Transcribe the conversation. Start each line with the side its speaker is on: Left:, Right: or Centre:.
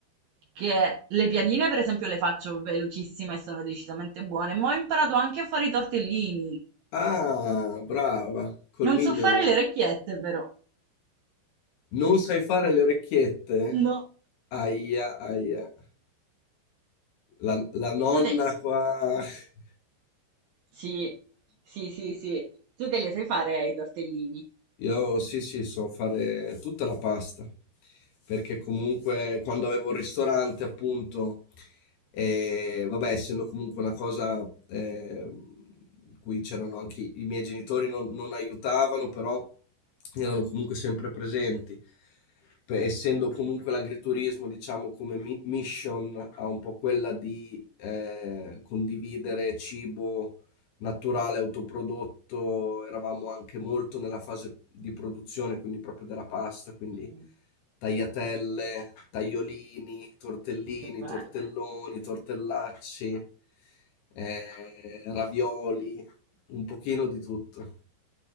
Right: che le piadine per esempio le faccio velocissime e sono decisamente buone, ma ho imparato anche a fare i tortellini.
Left: Ah, brava, col
Right: Non
Left: mignolo.
Right: so fare le orecchiette però.
Left: Non sai fare le orecchiette?
Right: No.
Left: Aia, aia. La, la nonna
Right: Tu te...
Left: qua. <laughs>
Right: Sì, sì, sì, sì. Tu te le sai fare eh, i tortellini.
Left: Io sì, sì, so fare tutta la pasta, perché comunque quando avevo il ristorante, appunto, eh, vabbè, essendo comunque una cosa eh, in cui c'erano anche i i miei genitori, non, non aiutavano, però erano comunque sempre presenti. Pe- essendo comunque l'agriturismo, diciamo, come mi- mission, ha un po' quella di eh, condividere cibo naturale, autoprodotto, eravamo anche molto nella fase di produzione, quindi proprio della pasta, quindi
Right: Mm,
Left: tagliatelle, tagliolini, tortellini,
Right: Che bello.
Left: tortelloni, tortellacci, eh, ravioli, un pochino di tutto.